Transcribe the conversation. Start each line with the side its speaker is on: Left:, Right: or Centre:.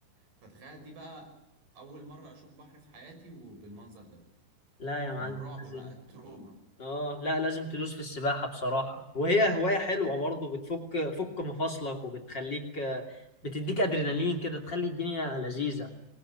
Right: فتخيل دي بقى اول مره اشوف بحر في حياتي وبالمنظر ده
Left: لا
Right: فالرعب
Left: يا معلم لازم
Right: بقى التروما
Left: اه لا لازم تدوس في السباحة بصراحة وهي هواية حلوة برضو بتفك فك مفاصلك وبتخليك بتديك ادرينالين كده تخلي الدنيا لذيذة